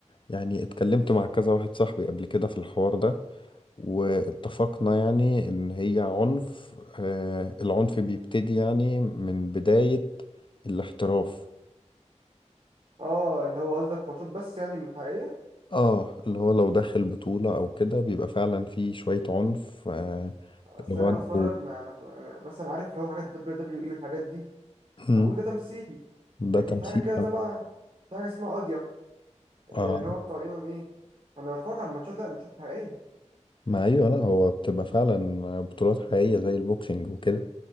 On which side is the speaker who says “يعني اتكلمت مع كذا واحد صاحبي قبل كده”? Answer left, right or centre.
Left